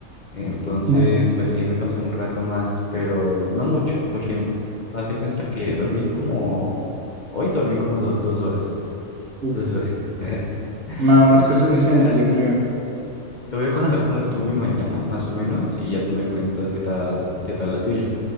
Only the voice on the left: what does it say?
Entonces,
pues ahí me pasé un rato más, pero no mucho, mucho tiempo. Haz de cuenta que dormí como, hoy dormí como do- dos horas,
dos horas. <laughs>
Pero sí,
en general
Te voy a
contar cómo estuvo mi mañana, más o menos, y ya tú me cuentas qué tal, qué tal la tuya.